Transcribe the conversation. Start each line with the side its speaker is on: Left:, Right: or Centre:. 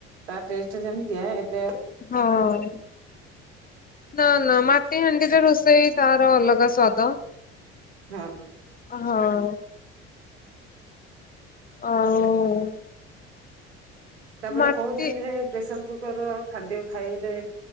Right: ତା ଟେଷ୍ଟ ଯେମିତିଆ ଏବ୍
Left: ହଁ ନା ନା ମାଟି ହାଣ୍ଡିରେ ରୋଷେଇ ତାର ଅଲଗା ସ୍ଵାଦ।
Right: ହଁ ।
Left: ହଉ। ଆଉଁ ।
Right: ତାପରେ
Left: ମାଟି
Right: କହୁଛନ୍ତି ଏ ପ୍ରେସର କୁକର ଖାଦ୍ୟ ଖାଇଲେ